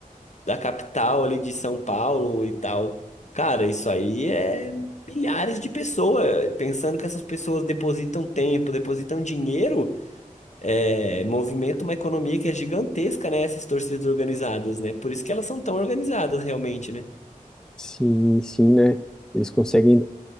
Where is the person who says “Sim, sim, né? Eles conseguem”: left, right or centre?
Centre